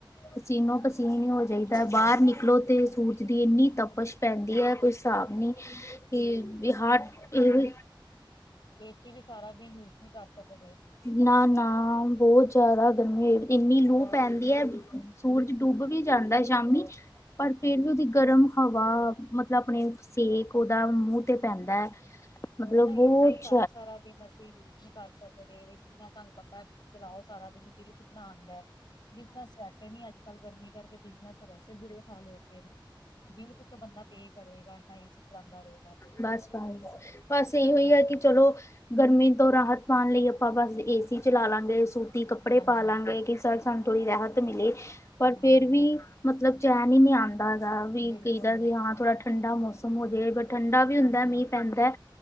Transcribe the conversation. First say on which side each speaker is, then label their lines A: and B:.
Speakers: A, on the left; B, on the left.
A: ਪਸੀਨੋ। ਪਸੀਨੇ ਹੋ ਜਾਈ ਦਾ, ਬਾਹਰ
B: ਹਾਂ
A: ਨਿਕਲੋ ਤੇ ਸੂਰਜ ਦੀ ਇੰਨੀ ਤਪਸ਼ ਪੈਂਦੀ ਹੈ ਕੁਛ ਹਿਸਾਬ ਨ, ਕਿ ਬਿਹਾਰ ਇਹ
B: ਏ ਸੀ ਵੀ, ਸਾਰਾ ਦਿਨ ਯੂਜ, ਨਹੀਂ ਕਰ ਸਕਦੇ।
A: ਨਾ ਨਾ, ਬਹੁਤ ਜਿਆਦਾ ਗਰਮੀ ਏ, ਇੰਨੀ ਲੂਹ ਪੈਂਦੀ ਹੈ। ਸੂਰਜ ਡੁੱਬ, ਵੀ ਜਾਂਦਾ ਸ਼ਾਮੀ। ਪਰ, ਫੇਰ ਵੀ ਉਹਦੀ, ਗਰਮ ਹਵਾ, ਮਤਲਬ ਆਪਣੇ ਸੇਕ ਉਹਦਾ ਮੂੰਹ। ਮੂੰਹ ਤੇ ਪੈਂਦਾ
B: ਹਾਂਜੀ ਹਾਂਜੀ
A: ਹੈ, ਮਤਲਬ
B: ਉਹੀ ਨਾ
A: ਬਹੁਤ
B: ਏਸੀ <unintelligible> ਸਾਰਾ ਦਿਨ ਅਸੀਂ, ਯੂਜ ਨਹੀਂ ਕਰ ਸਕਦੇ, ਏ ਸੀ, ਨਾ ਤੁਹਾਨੂੰ ਪਤਾ ਚਲਾਓ ਸਾਰਾ ਦਿਨ, ਬਿਲ ਕਿੰਨਾ ਆਉਂਦਾ ਹੈ। ਬਿਜਨਸ, ਵੈਸੇ ਨੀ ਅੱਜ ਕੱਲ, ਗਰਮੀ ਕਰਕੇ, ਬਿਜਨਸ ਵੈਸੇ ਬੁਰੇ ਹਾਲ ਹੋ ਪਏ ਨੇ। ਬਿੱਲ ਕਿਥੋਂ ਬੰਦਾ ਪੇ ਕਰੇਂਗਾ, ਐਨਾ ਏ ਸੀ ਚਲਾਉਂਦਾ ਰਹੇਗਾ। ਤੇ
A: ਬਸ ਬਸ ਬਸ, ਬਸ ਏਹੀ ਆ ਕਿ ਚਲੋ। ਗਰਮੀ ਤੋਂ ਰਾਹਤ ਪਾਉਣ ਲਈ ਆਪਾਂ, ਬਸ ਏ ਸੀ ਚਲਾ ਲਾਂਗੇ ਸੂ। ਕੱਪੜੇ
B: ਹਾਂਜੀ
A: ਪਾ ਲਾਂਗੇ,
B: ਹਾਂਜੀ
A: ਕਿ ਸਰ ਸਾਨੂੰ ਥੋੜ੍ਹੀ ਰਾਹਤ ਮਿਲੇ, ਪਰ
B: ਹਾਂ
A: ਫੇਰ ਵੀ ਮਤਲਬ ਚੈਨ ਹੀ ਨਹੀਂ ਆਉਂਦਾ ਹੈਗਾ, ਵੀ
B: ਬਿਲਕੁਲ
A: ਕਹੀ ਦਾ ਵੀ ਹਾਂ ਥੋੜਾ ਠੰਡਾ ਮੌਸਮ ਹੋ ਜਾਵੇ ਬਟ ਠੰਡਾ ਵੀ ਹੁੰਦਾ,
B: ਹਾਂਜੀ
A: ਮੀਂਹ
B: ਹਾਂਜੀ
A: ਪੈਂਦਾ